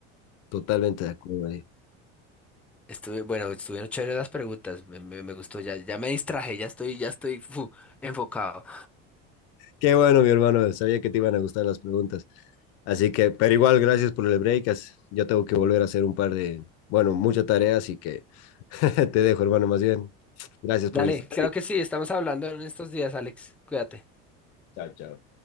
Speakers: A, on the left (about 60°); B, in the centre.
A: totalmente de acuerdo ahí.
B: Estuve, bueno, estuvieron chéveres las preguntas, me, me- me gustó, ya, ya me distraje, ya estoy, ya estoy fu, enfocado.
A: Qué bueno, mi hermano, sabía que te iban a gustar las preguntas. Así que, pero igual, gracias por el break. as- Yo tengo que volver a hacer un par de, bueno, mucha tarea, así que <laughs> te dejo, hermano, más bien. Gracias por
B: Dale,
A: estar.
B: claro que sí, estamos hablando en estos días, Alex, cuídate.
A: Chao, chao.